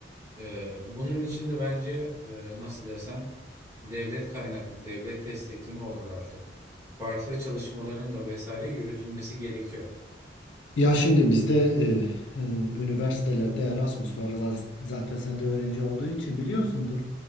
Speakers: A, on the right (about 15°); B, on the left (about 70°).
A: E, bunun için de bence e, nasıl desem Devlet kaynaklı, devlet destekli mi olur artık? Farklı çalışmaların da vesaire yürütülmesi gerekiyor.
B: Ya şimdi bizde e, e, üniversitelerde Erasmus var. Zaz- Zaten sen de öğrenci olduğun için biliyorsundur.